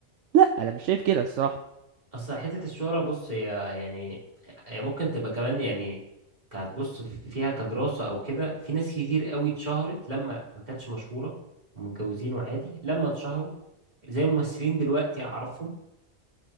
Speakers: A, on the right (about 80°); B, on the right (about 35°).
A: لا انا مش شايف كده الصراحة
B: اصل حتة الشهرة بص هي يعني هي ممكن تبقى كمان يعني كهتبص فيها كدراسة او كده في ناس كتير قوي اتشهرت لما ما كانتش مشهورة ومتجوزين وعادي لما اتشهروا زي ممثلين دلوقتي اعرفهم